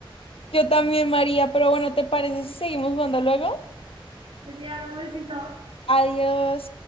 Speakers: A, on the left; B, on the right.
A: yo también, María. Pero bueno, ¿te parece si seguimos jugando luego?
B: Genial, un besito.
A: adiós